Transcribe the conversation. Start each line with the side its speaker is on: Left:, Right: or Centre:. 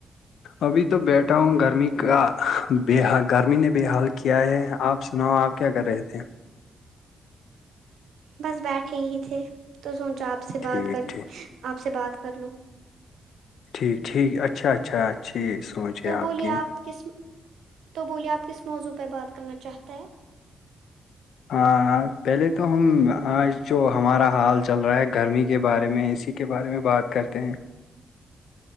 Left: ابھی تو بیٹھا ہوں گرمی کا بے حال گرمی نے بے حال کیا ہے آپ سناؤ آپ کیا کر رہے تھے
Right: بس بیٹھے ہی تھے تو سوچا آپ سے
Left: ٹھیک
Right: بات کر
Left: ٹھیک
Right: آپ سے بات کر لو
Left: ٹھیک ٹھیک اچھا اچھا اچھا سوچ
Right: تو
Left: ہے
Right: بولیے
Left: کی
Right: آپ کس تو بولیے آپ کس موضوع پہ بات کرنا چاہتے ہیں
Left: ہ <inaudible> ہاں پہلے تو ہم آج جو ہمارا حال چل رہا ہے گرمی کے بارے میں اسی اسی کے بارے میں بات کرتے ہیں